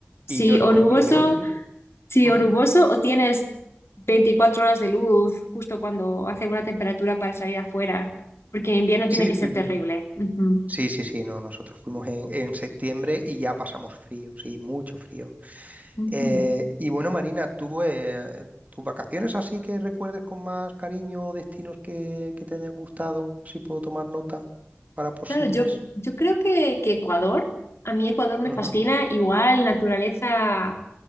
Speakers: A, on the left (about 75°); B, on the right (about 35°).
A: Sí,
B: Y nos
A: o
B: coincidió,
A: nuboso
B: sí.
A: Sí,
B: Ujú.
A: o nuboso, o tienes 24 horas de luz justo cuando hace buena temperatura para salir afuera, porque en invierno
B: Sí,
A: tiene que ser
B: sí, sí.
A: terrible. Ujú,
B: Sí, sí, sí, no, nosotros fuimos en, en septiembre y ya pasamos frío, sí, mucho frío.
A: ujú.
B: Eh, y bueno, Marina, ¿tú, eh, tus vacaciones así que recuerdes con más cariño o destinos que, que te hayan gustado? Así puedo tomar nota para posibles.
A: Claro, yo, yo creo que, que Ecuador, a mí Ecuador me
B: Ujú,
A: fascina, igual naturaleza,